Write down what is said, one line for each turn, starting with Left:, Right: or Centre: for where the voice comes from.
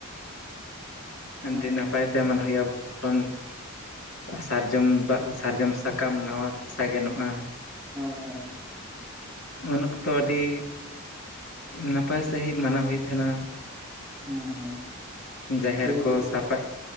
Right: <inaudible>
Left: ᱟᱹᱰᱤ ᱱᱟᱯᱟᱭ ᱛᱮ ᱢᱚᱱᱮ ᱦᱩᱭᱩᱜᱼᱟ ᱡᱚᱠᱷᱚᱱ ᱥᱟᱨᱡᱚᱢ ᱫᱟ ᱥᱟᱨᱡᱚᱢ ᱥᱟᱠᱟᱢ ᱱᱟᱣᱟ ᱥᱟᱜᱮᱱᱚᱜᱼᱟ
Right: ᱦᱳᱭ ᱦᱳᱭ
Left: ᱩᱱ ᱚᱠᱛᱚ ᱟᱹᱰᱤ ᱱᱟᱯᱟᱭ ᱥᱟᱺᱦᱤᱡ ᱢᱟᱱᱟᱣ ᱦᱩᱭᱩᱜ ᱛᱟᱦᱮᱱᱟ᱾
Right: ᱦᱳᱭ ᱦᱳᱭ
Left: ᱡᱟᱦᱮᱨ
Right: ᱜᱚᱝᱠᱮ
Left: ᱠᱚ ᱥᱟᱯᱟᱵ